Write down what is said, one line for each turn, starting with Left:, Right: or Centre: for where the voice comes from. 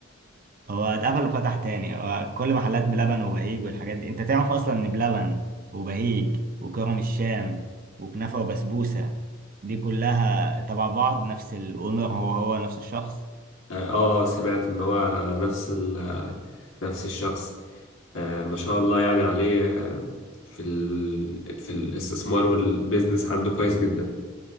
Right: <laughs> هو اتقفل وفتح تاني هو كل محلات بلبن وبهيج والحاجات دي انت تعرف اصلا ان بلبن وبهيج وكرم الشام وكنافه وبسبوسه دي كلها تبع بعض نفس الاونر هو هو نفس الشخص
Left: اه آه، آه، سمعت ان هو نفس ال... نفس الشخص آه ما شاء الله يعني عليه آه، في ال... في الاستثمار والبيزنس عنده كويس جدا